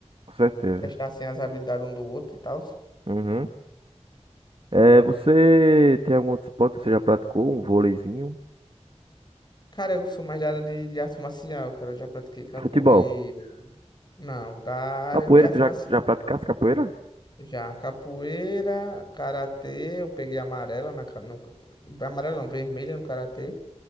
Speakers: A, on the right (about 50°); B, on the left (about 40°).
A: Com certeza.
B: Testar, assim, as habilidades um do outro e tal.
A: Uhum. É, você tem algum outro esporte que você já praticou? Um vôleizinho?
B: Cara, eu sou mais da área de, de arte marcial, cara. Eu já pratiquei capoeira.
A: Futebol.
B: Não, da área
A: Capoeira,
B: de arte
A: tu já,
B: marcial
A: já praticaste capoeira?
B: Já capoeira, karatê, eu peguei amarela na ca- no, amarela não, vermelha no karatê.